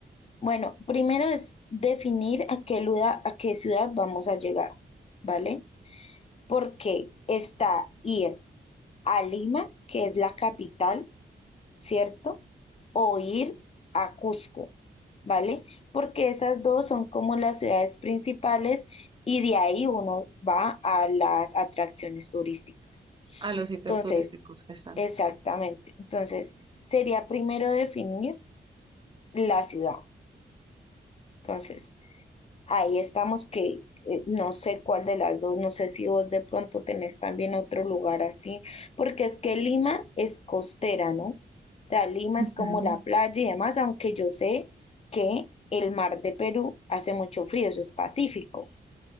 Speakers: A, on the left; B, on the right.
A: Bueno, primero es definir a qué luda- a qué ciudad vamos a llegar, ¿vale? Porque está ir a Lima, que es la capital, ¿cierto? O ir a Cusco, ¿vale? Porque esas dos son como las ciudades principales y de ahí uno va a las atracciones turísticas.
B: A los sitios
A: Entonces,
B: turísticos que están.
A: exactamente. Entonces, sería primero definir la ciudad. Entonces, Ahí estamos que eh, no sé cuál de las dos, no sé si vos de pronto tenés también otro lugar así, porque es que Lima es costera, ¿no? O sea, Lima
B: Ujú.
A: es como la playa y demás, aunque yo sé que el mar de Perú hace mucho frío, eso es Pacífico,